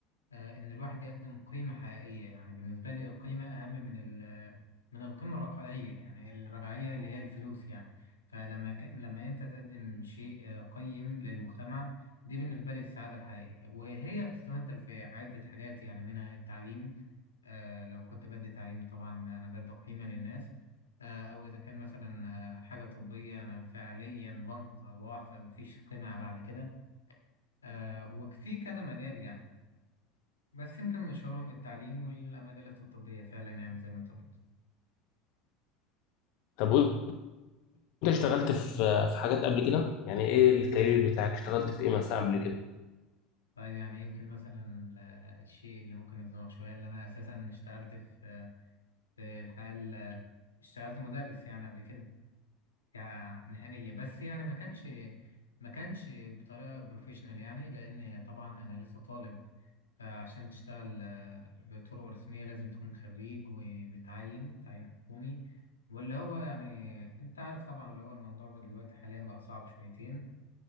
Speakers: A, on the left; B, on the left.
A: آه، ان الواحد يقدم قيمة حقيقية يعني بالنسبة لي القيمة اهم من ال من القيمة الرقعية يعني الرقعية اللي هي الفلوس يعني فلما ك- لما انت تقدم شيء آه، قيم للمجتمع دي بالنسبة لي السعادة الحقيقية وهي بتتمثل في عدة حاجات يعني منها التعليم آه، لو كنت بدي تعليم طبعا انا بدي قيمة للناس آه، او اذا كان مثلا آه، حاجة طبية انا فعليا بنقذ ارواح فمفيش قيمة بعد كده آه، وفي كذا مجال يعني بس يمكن مشوارهم التعليم والمجالات الطبية فعلا يعني زي ما انت قلت
B: طب وانت اشتغلت في في حاجات قبل كده يعني ايه الكارير بتاعك اشتغلت في ايه مثلا قبل كده
A: طيب يعني يمكن مثلا ال- الشيء اللي ممكن يظلمك شوية اللي أنا أساسا اشتغلت في في الحياة ال- اشتغلت مدرس يعني قبل كده كمهنية بس يعني ما كانش ما كانش بطريقة بروفيشنال يعني لأن طبعا أنا لسه طالب فعشان تشتغل آه، بطرق رسمية لازم تكون خريج ومتعين تعيين حكومي واللي هو يعني انت عارف طبعا اللي هو الموضوع دلوقتي حاليا بقى صعب شويتين